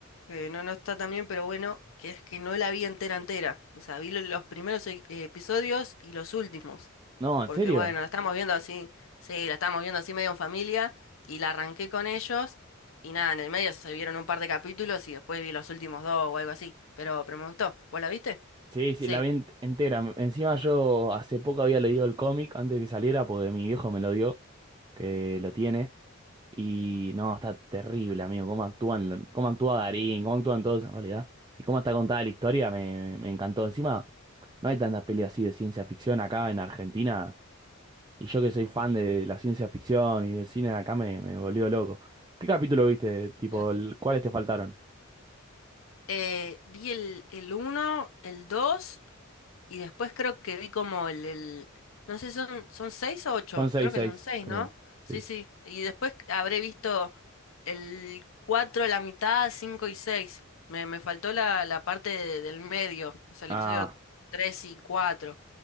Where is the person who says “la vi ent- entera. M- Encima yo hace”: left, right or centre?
Right